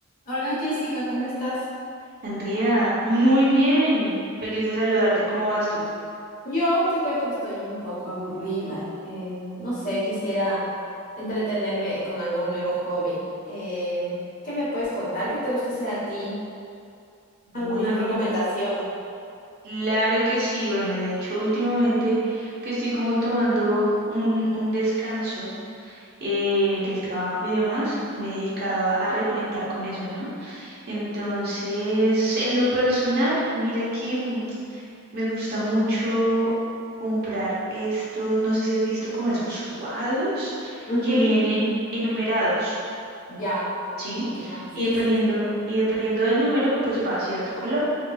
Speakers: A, on the left; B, on the right.
A: Hola Jessica, ¿cómo estás?
B: Andrea, muy bien. Feliz de saludarte. ¿Cómo vas tú?
A: Yo te cuento que estoy un poco aburrida. Em, no sé, quisiera entretenerme con algún nuevo hobby. Em, ¿qué me puedes contar? ¿Qué te gusta hacer a ti?
B: Bueno,
A: ¿Alguna recomendación?
B: me- claro que sí. Bueno, de hecho, últimamente que estoy como tomando un, un descanso eh, del trabajo y demás, me he dedicado a, a reconectar con eso, ¿no? Entonces, en lo personal, mira que mm, me gusta mucho comprar estos, no sé si has visto como esos cuadros
A: Ujú,
B: que vienen enumerados.
A: Ya,
B: ¿sí?
A: ya, sí,
B: Y dependiendo,
A: sí, sí.
B: y dependiendo del número, pues va a cierto color.